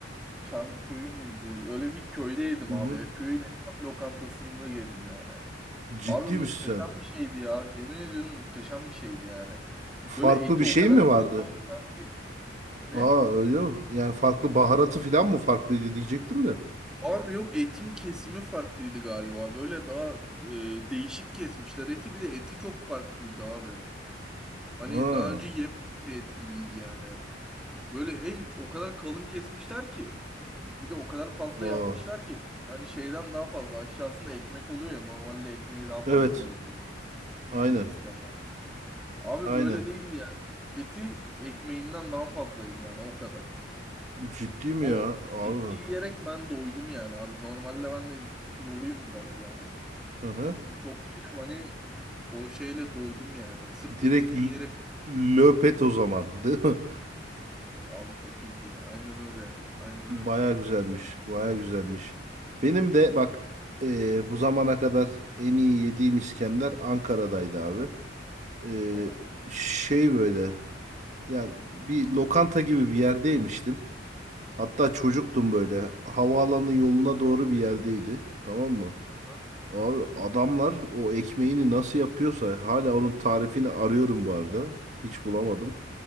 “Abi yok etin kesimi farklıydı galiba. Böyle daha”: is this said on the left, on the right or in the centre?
Centre